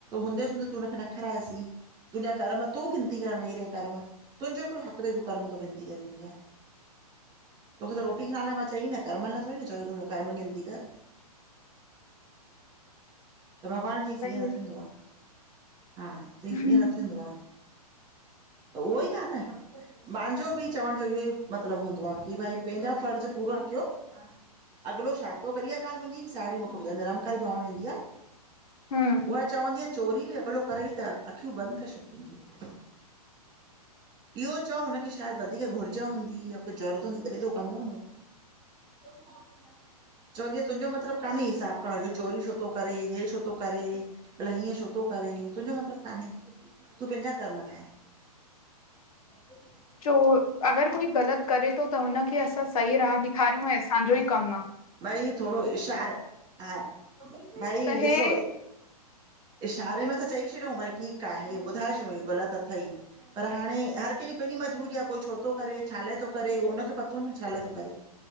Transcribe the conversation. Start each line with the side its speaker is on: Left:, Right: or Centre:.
Right: हूंदे सूंदे तू हुनखे न खारायसी तुंजा कर्म तूं गिनती करणु वेही रहें करण तुंहिंजो कहिड़ो हक़ तई तूं कर्म थो गिनती करी मुंहिंजा। तोखे त रोटी नाले लाइ मां चई न, कर्मनि लाए थोॾी न चयो तूं कर्म गिनती कर। भॻवानु चईसि
Left: सही
Right: ईअं न थींदो आ, हा,
Left: आहे
Right: चईसि ईअं न थींदो आ। उहो ई आ न। मांजो बि चवण जो इहो ई मतिलबु हूंदो आ कि भई पंहिंजा फर्ज़ पूरा क्यो। अॻिलो छा थो करी ईया ॻाल्हि मुंहिंजी साहेड़ी मुखे ॿुधाईंदी आ, निरंकारी भवन वेंदी आ।
Left: हम्म।
Right: उहा चवंदी आ चोरी बि अॻिलो करई त अख़ियूं बंदि करे छॾि पंहिंजूं। इहो चओ हुनखे शायदि वधीक घुर्ज हूंदी, या कुझु ज़रूरत हूंदी तॾहिं त हू कंदो हूंदो। चवंदी आ तुंहिंजो मतिलबु काने हिसाबु करण जो, चोरीयूं छो तो करे हे छो तो करे। भला हीअं छो थो करे तुंहिंजो मतिलबु कान्हें, तूं पंहिंजा कर्म ठाह। ह <unintelligible>
Left: चोरु, अगर कोई ग़लत करे थो त हुनखे असां सही राह ॾेखारियूं ऐं असांजो ई कमु आ।
Right: भई थोरो इशार, हा भई
Left: त
Right: ॾिसो
Left: हे
Right: इशारे में त चई छॾियूं भई ठीकु आहे ॿुधाए छॾियूं इहो ग़लत अथई। पर हाणे, हर कंहिंजी पंहिंजी मजबूरी आ कोई छो तो करे छा लाइ तो करे उहो हुनखे पतो न, छा लाइ तो करे।